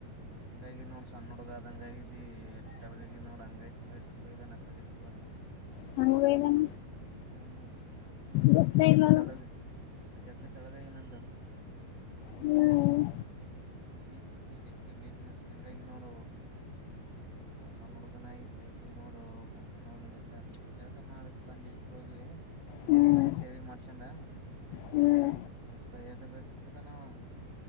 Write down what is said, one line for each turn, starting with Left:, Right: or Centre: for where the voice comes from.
Right: ಹೆಂಗಾಗಿ ನೋಡ ಸಣ್ಣ ಹುಡುಗ ಅದ ಹಂಗಾಗಿ ಎಗ. ಇಲ್ಲಿನೊಡ್ ರಂಗಾಯ ತಿಂಗಾಯ ಅಂತ ಬೈದಾನ್ ಇವತ್
Left: ಹಂಗ ಬೈದಾನ
Right: ಹ್ಮ್
Left: ಗೊತ್ತೇ
Right: ನ ಜಗ್ಗೆ
Left: ಇಲ್ಲಲ್ಲ
Right: ತೊಳಗ ನ ಜಗ್ಗೆ ತೊಳಗ ಏನಂತ್ದ
Left: ಹ್ಮ್
Right: ಹ್ಮ ಈ ಜಗ್ಗೆ ವೀಕ್ನೆಸ್ ಹೆಂಗಾಗಿ ನೋಡ ನಾ ಸಣ್ಣ ಹುಡುಗನ ಆಗ ಕೈ ಪೈ ನೋಡು ಕಂಕ ನೋಡು ಇವತ್ತ ಜಲಕ ಮಾಡಕ್ ಬಂದ್ ಇಬ್ಬರು ಹೋಗಿವವಿ
Left: ಹ್ಮ್
Right: ಅವನ್ ಸೇವಿಂಗ್ ಮಾಡ್ಸೊಂಡ
Left: ಹ್ಮ್
Right: ಮ ಭೈಯದ ಬ ಕತ್ ಬಟಾನ ಅವ್ವ